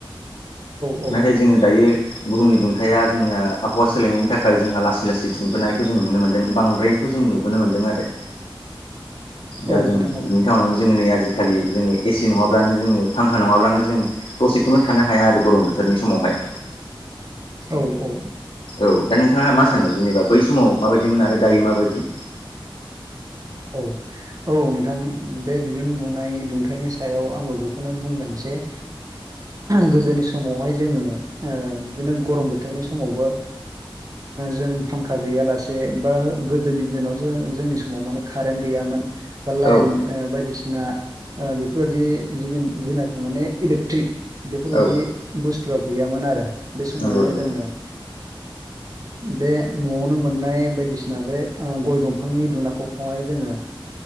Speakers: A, on the right (about 40°); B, on the left (about 65°).
A: औ
B: नाथाय जोङो दायो बुहुमनि दुंथाया जोंना आबहावा सोलायनायनि थाखाय जोंहा लासै लासै दुंबोनायखौ जों नुनो मोनदों बांद्राय खौ जों नुबोनो मोनदों आरो
A: औ
B: दा जों
A: नोंथां औ
B: बे टाउनाव जोङो नै आजिखालि जोङो एसि नङाब्लानो जोङो फांखा नङाब्लानो जों दसेखौनो थानो हाया आरो गरम बोथोरनि समावहाय
A: औ औ औ
B: औ दा नोंथाङा मा सानो जेनेबा बै समाव माबायदिमोन आरो दायो माबायदि
A: औ औ नोंथां बे बिदुन दुंनाय दुंथाइनि सायाव आंबो बेखौनो बुंगोन जे गोदोनि समावहाय जोङो बिदिनो गरम बोथोरनि समावबो जों फांखा गैयालासे बा गोदोनि दिनाव जों जोंनि समाव माने कारेन्ट गैयामोन बा लाइन
B: औ
A: बायदिसिना बेफोरबायदि जेनाखि माने इलेकट्रिक बेफोरबायदि
B: औ
A: बुस्थुआ गैयामोन आरो बे समावहाय
B: नंगौ नंगौ
A: जोङो बे न'आवनो मोननाय बायदिसिना बे गय दंफांनि दुनाखौ हाय जोङो